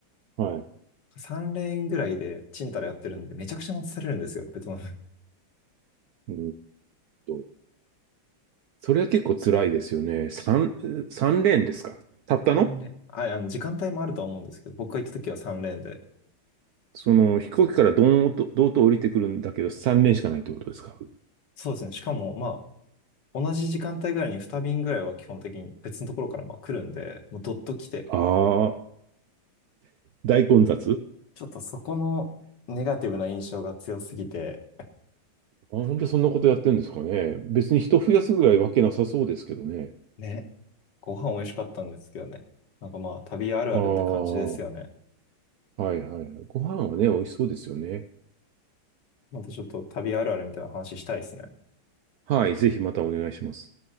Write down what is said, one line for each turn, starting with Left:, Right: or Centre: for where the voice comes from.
Right: はい。
Left: 3レーンぐらいでチンタラやってるんで、めちゃくちゃ待たされるんですよ、ベトナム。
Right: うんと。それは結構辛いですよね。三、三連ですかたったの
Left: <laughs> 3レーン。はい、あの、時間帯もあるとは思うんですけど、僕が行った時は3レーンで。
Right: その飛行機からドーンと、ドーンと降りてくるんだけど、三連しかないってことですか
Left: そうですね。しかも、まあ、同じ時間帯ぐらいに2便ぐらいは基本的に別のところからまあ来るんで、もうどっと来て、
Right: ああ、大混雑
Left: ちょっとそこのネガティブな印象が強すぎて、
Right: あ、本当にそんなことやってるんですかね。別に人増やすぐらいわけなさそうですけどね。
Left: ね、ご飯美味しかったんですけどね。なんかまあ旅あるあるって感じですよね。
Right: ああ、はいはいはい。ご飯はね、美味しそうですよね。
Left: またちょっと旅あるあるみたいな話したいですね。
Right: はい、ぜひまたお願いします。